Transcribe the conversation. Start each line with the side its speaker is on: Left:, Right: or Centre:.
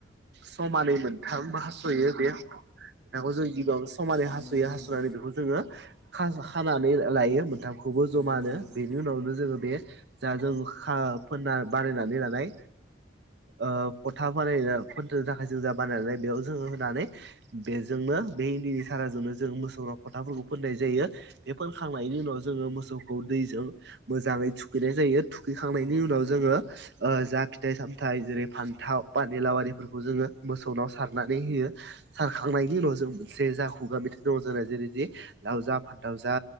Right: समानै मोनथाम हास'यो बे मोनथामखौ जों गिबियावनो समानै
Centre: नंगौ
Right: हास'यो
Centre: नोंथां
Right: हास'नानै
Centre: नंगौ
Right: बेखौ जोङो खानानै लायो मोनथामखौ खौबो
Centre: नंगौ
Right: ज'मानो
Centre: नोंथां नंगौ
Right: बेनि जोङो बे जा जों खा फोनना बानायनानै लानाय ओ फोथा बानायनो फोन्नो थाखाय जों जा बानायनानै बेयाव जोङो होनानै बे जोंनो बे हिन्दनि सार जोंनो जों मोसौफोरनाव फोथाफोरखौ फोननाय जायो बे फोनखांनायनि उनाव जोङो मोसौखौ दैजों मोजाङै थुखैनाय जायो थुखैखांनायनि
Centre: नंगौ नोंथां
Right: उनाव
Centre: नंगौ
Right: जोङो ओ जा फिथाइ सामथाय जेरै फान्थाव पानिलाव आरिफोरखौ जोङो मोसौनाव सारनानै होयो। सारखांनायनि उनाव जों मोनसे जा खुगा मेथाइ दङ जोंना जेरै जि लावजा फान्थाव जा